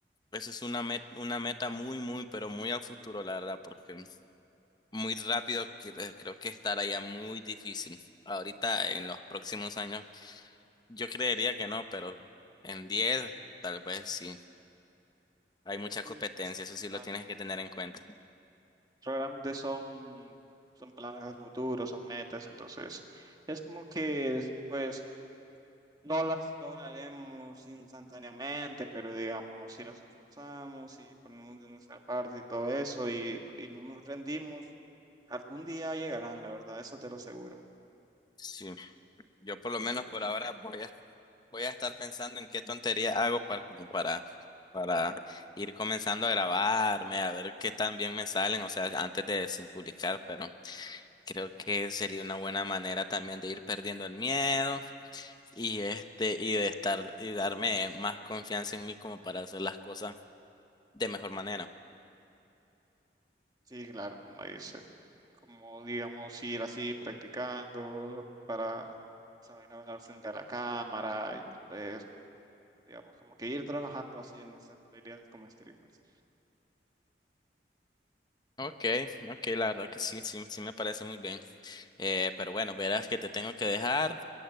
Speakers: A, on the left; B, on the right.
A: esa es una meta, una meta muy, muy, pero muy a futuro, la verdad, porque muy rápido que- creo que estará ya muy difícil. Ahorita, en los próximos años, yo creería que no, pero en 10 tal vez sí. Hay mucha competencia,
B: Mm, sí,
A: eso sí lo
B: claro.
A: tienes que tener en cuenta.
B: Realmente son, son planes de futuro, son metas, entonces es como que pues No las lograremos instantáneamente, pero digamos, si nos esforzamos y ponemos de nuestra parte y todo eso y, y no nos rendimos, algún día llegarán, la verdad, eso te lo aseguro.
A: Sí, yo por lo menos por ahora voy a, voy a estar pensando en qué tontería hago para, como para, para ir comenzando a grabarme, a ver qué tan bien me salen, o sea, antes de sin publicar, pero creo que sería una buena manera también de ir perdiendo el miedo y este, y de estar, y darme más confianza en mí como para hacer las cosas de mejor manera.
B: Sí, claro, como dice, como digamos, ir así practicando para saber hablar frente a la cámara y pues, digamos, como que ir trabajando así en nuestras habilidades como streamers.
A: Ok, ok, la verdad que sí, sí, sí me parece muy bien. Eh, pero bueno, verás que te tengo que dejar.